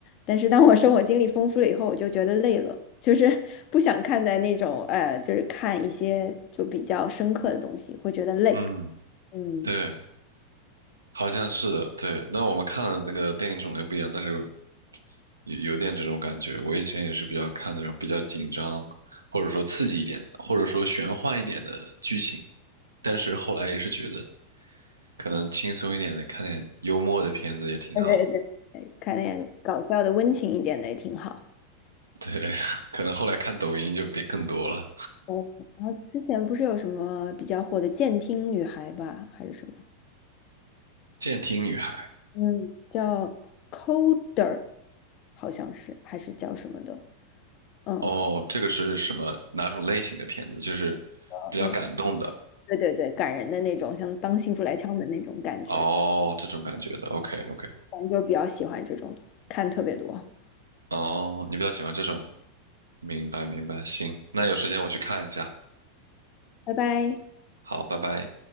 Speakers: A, on the left; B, on the right.
A: 但是当我生活经历丰富了以后，我就觉得累了，就是 <laughs> 不想看在那种呃，就是看一些就比较深刻的东西，会觉得累，
B: 嗯，
A: 嗯。
B: 对。好像是的，对。那我们看的那个电影种类不一样，但是有有点这种感觉。我以前也是比较看那种比较紧张，或者说刺激一点，或者说玄幻一点的剧情，但是后来也是觉得可能轻松一点的，看点幽默的片子也挺好的
A: 对对对，对看点搞笑的、温情一点的也挺好。
B: 对，<laughs> 可能后来看抖音就变更多了。
A: 对，然后之前不是有什么比较火的监听女孩吧，还是什么？
B: 《监听女孩》
A: 嗯，叫 Coder，好像是，还是叫什么的？嗯，
B: 哦，这个是什么哪种类型的片子？就是
A: 哦那
B: 比较感动的
A: 对对对，感人的那种，像当幸福来敲门那种感觉，
B: 哦，这种感觉的。OK OK。
A: 反正就比较喜欢这种，看特别多。
B: 哦，你比较喜欢这种，明白明白，行，那有时间我去看一下，
A: 拜拜。
B: 好，拜拜。